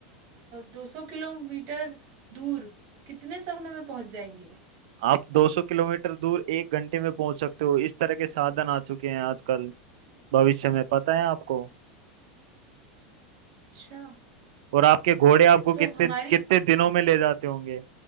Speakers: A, on the right; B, on the right.
A: दो सौ किलोमीटर दूर कितने समय में पहुंच जाएंगे
B: आप 200 किलोमीटर दूर एक घंटे में पहुंच सकते हो इस तरह के साधन आ चुके हैं आजकल भविष्य में पता है आपको
A: अच्छा
B: और आपके घोड़े आपको कितने
A: तो हमारी
B: कितने दिनों में ले जाते होंगे